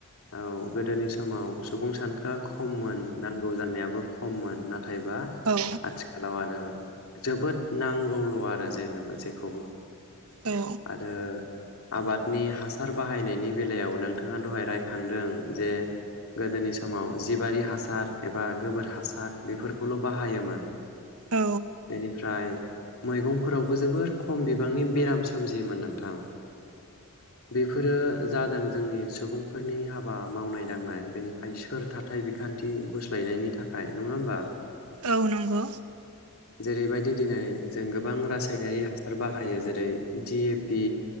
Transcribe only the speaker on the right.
औ
औ
औ
औ नंगौ